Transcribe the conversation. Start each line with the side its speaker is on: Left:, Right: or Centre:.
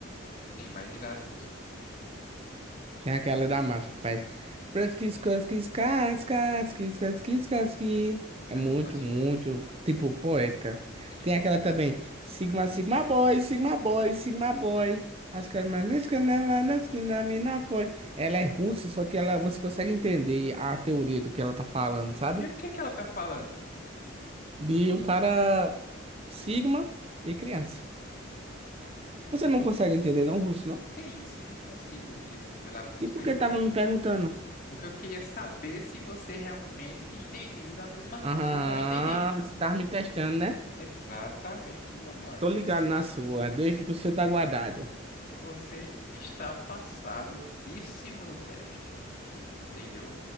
Left: Sim, mas e das músicas?
Right: Tem aquela da marcha que faz. Pratkis, kaskis, kaskis, kis, kaskis, kaski. É
Left: Aí
Right: muito,
Left: começa
Right: muito, tipo, poética.
Left: Sim,
Right: Tem aquela
Left: sim.
Right: também. Sigma, Sigma Boy, Sigma Boy, Sigma Boy. Acho que era Manesca, na Manesca, na mina foi. Ela é russa, só que ela, você consegue entender a teoria do que ela tá falando, sabe?
Left: E o que é que ela tá falando, mano?
Right: De um cara Sigma e criança.
Left: Hum.
Right: Você não consegue entender, não, russo, não?
Left: Sim, sim, consigo. Tipo, pela música
Right: E por
Left: eu
Right: que
Left: entendo.
Right: tava me perguntando?
Left: Porque eu queria saber se você realmente tinha entendido a mesma coisa
Right: Aham,
Left: que eu entendi.
Right: você tava me testando, né?
Left: Exatamente, meu mano.
Right: Tô
Left: E
Right: ligado
Left: você,
Right: na sua, desde que você tá guardado.
Left: e você está passado de cima do teste, entendeu?